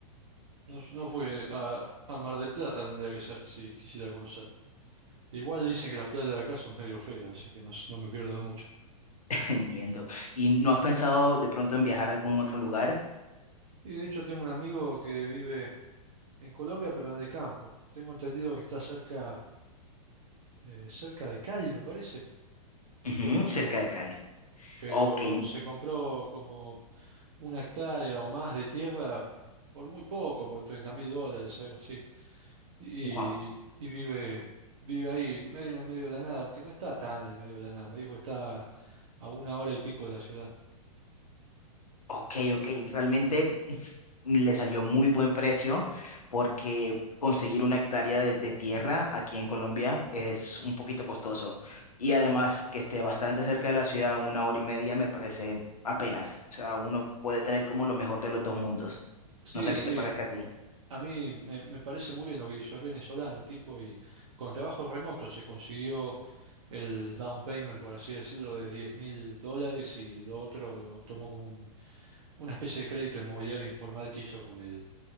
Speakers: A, on the right; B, on the left.
A: No, no fue a, a Mar del Plata tendría que ser si quisiera conocer. Igual dicen que las playas de acá son medio feas, así que no, s- no me pierdo de mucho.
B: <laughs> Entiendo. ¿Y no has pensado de pronto en viajar a algún otro lugar?
A: Y de hecho tengo un amigo que vive en Colombia, pero en el campo. Tengo entendido que está cerca, eh, cerca de Cali, me parece. No
B: Ujú,
A: estoy muy seguro.
B: cerca de Cali.
A: pero
B: Ok,
A: se compró como una hectárea o más de tierra por muy poco, por treinta mil dólares, algo así. Y,
B: wow.
A: y vive, vive ahí, medio en el medio de la nada, aunque no está tan en el medio de la nada. Me dijo que está a una hora y pico de la ciudad.
B: Ok, ok. Realmente uf, le salió muy buen precio porque conseguir una hectárea de, de tierra aquí en Colombia es un poquito costoso. Y además que esté bastante cerca de la ciudad, una hora y media, me parece apenas. O sea, uno puede tener como lo mejor de los dos mundos.
A: Sí,
B: No sé
A: sí,
B: qué te parezca a ti.
A: a mí me, me parece muy bien lo que hizo. Es venezolano el tipo y con trabajo remoto se consiguió el down payment, por así decirlo, de diez mil dólares y lo otro lo tomó como un, una especie de crédito inmobiliario informal que hizo con el,